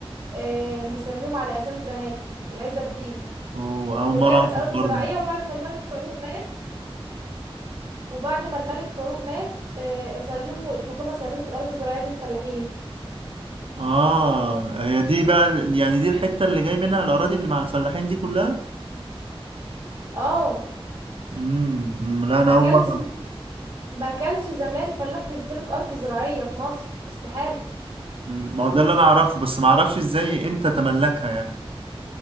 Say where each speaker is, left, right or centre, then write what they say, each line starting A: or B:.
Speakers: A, on the right (about 45°); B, on the right (about 65°).
A: آه، مسميهم على اسامي بناته العزب دي
B: أوه، اول
A: كلها
B: مره
A: كانت
B: اعرف
A: اراضي
B: الحوار
A: زراعية
B: ده
A: وبعد ما الملك فاروق مات وبعد ما الملك فاروق مات آه، سلموا الحكومة سلمت الأرض الزراعية دي للفلاحين
B: اه هي دي بقى ال- يعني دي الحته اللي جاي منها الاراضي اللي مع الفلاحين دي كلها
A: اه
B: امم أمم، لا انا
A: ما
B: اول
A: كانش
B: مره أعرف.
A: ما كانش زمان فلاح بيمتلك أرض زراعية في مصر استحالة
B: أمم، ما هو ده اللي انا اعرفه بس ما اعرفش ازاي امتى تملكها يعني